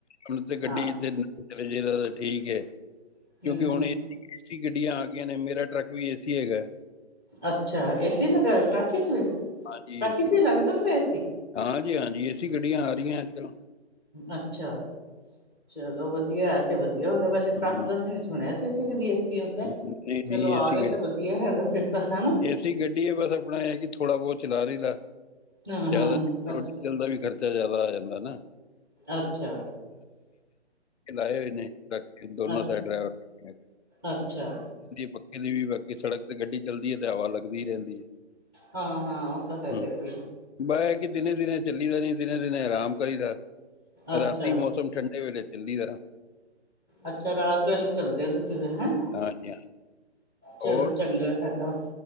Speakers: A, on the left; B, in the centre.
A: ਹੁਣ ਗੱਡੀ
B: ਹਾਂ
A: ਜੀ ਦਾ ਤਾਂ ਠੀਕ ਹੈ। ਕਿਉਂਕਿ
B: ਹਮ
A: ਹੁਣ
B: ਹਮ
A: ਏਸੀ ਗੱਡੀਆਂ ਆ ਗਈਆਂ ਨੇ ਮੇਰਾ ਟਰੱਕ ਵੀ ਏ ਸੀ ਹੈਗਾ
B: ਅੱਛਾ ਏ ਸੀ ਲੱਗਿਆ ਟਰੱਕ ਚ ਵੀ?
A: ਹਾਂਜੀ
B: ਟਾਕੀ
A: ਏ ਸੀ
B: ਚ
A: ਲੱਗਿਆ
B: ਵੀ ਲੱਗ ਜਾਂਦਾ ਏਸੀ
A: ਹਾਂਜੀ ਹਾਂਜੀ ਏਸੀ ਗੱਡੀਆਂ ਆ ਰਹੀਆਂ ਅੱਜ ਕੱਲ
B: ਅੱਛਾ ਚਲੋ ਵਧੀਆ। ਵਧੀਆ ਹੋ ਗਿਆ ਬਸ ਟਰੱਕ
A: ਹੂੰ
B: ਦਾ ਤਾਂ ਅਸੀਂ ਨੀ ਸੁਣਿਆ ਸੀ ਕਦੀ ਏਸੀ। ਆਉਂਦਾ।
A: ਨਹੀਂ ਨਹੀਂ
B: ਚਲੋ ਆ
A: ਏ ਸੀ
B: ਗਏ ਤੇ
A: ਗੱ
B: ਵਧੀਆ ਹੈਗਾ ਫਿਰ ਤਾਂ ਹਨਾ
A: ਏਸੀ ਗੱਡੀ ਹੈ ਬਸ ਆਪਣਾ ਇਹ ਕਿ ਥੋੜਾ ਬਹੁਤ ਉਹ ਚਲਾ ਰਹੇ।
B: ਹਾਂ
A: ਜ਼ਿਆਦਾ
B: ਹਾਂ
A: ਪੈਟਰੋਲ
B: ਅੱਛਾ
A: ਦਾ ਵੀ ਖਰਚਾ ਜਿਆਦਾ ਆ ਜਾਂਦਾ ਨਾ।
B: ਅੱਛਾ
A: ਲਾਏ ਹੋਏ ਨੇ ਰੱਖ ਕੇ ਦੋਨੋ
B: ਅ
A: ਸਾਈਡ ਡਰਾਈਵਰ
B: ਅੱਛਾ
A: ਪੱਖੇ ਦੀ ਵੀ ਬਾਕੀ ਸੜਕ ਤੇ ਗੱਡੀ ਚੱਲਦੀ ਹੈ ਤੇ ਹਵਾ ਲੱਗਦੀ ਹੀ ਰਹਿੰਦੀ ਹੈ।
B: ਹਾਂ ਹਾਂ ਉਹ ਤਾਂ ਹੈਗਾ
A: ਹੂੰ
B: ਈਏ।
A: ਬਾ ਇਹ ਹੈ ਕਿ ਦਿਨੇ ਦਿਨੇ ਚੱਲੀ ਦਾ ਜੀ ਦਿਨੇ ਦਿਨੇ ਆਰਾਮ ਕਰੀਦਾ
B: ਅੱਛਾ।
A: ਰਾਤੀ ਮੌਸਮ ਠੰਡੇ ਵੇਲੇ ਦਿੱਲੀ ਦਾ
B: ਅੱਛਾ ਰਾਤ ਵੇਲੇ ਚੱਲਦੇ ਹੋ ਤੁਸੀਂ ਫਿਰ ਹੈ।
A: ਹਾਂਜੀ ਹਾਂ
B: ਚਲੋ
A: ਹੋਰ
B: ਚੰਗਾ ਹੈਗਾ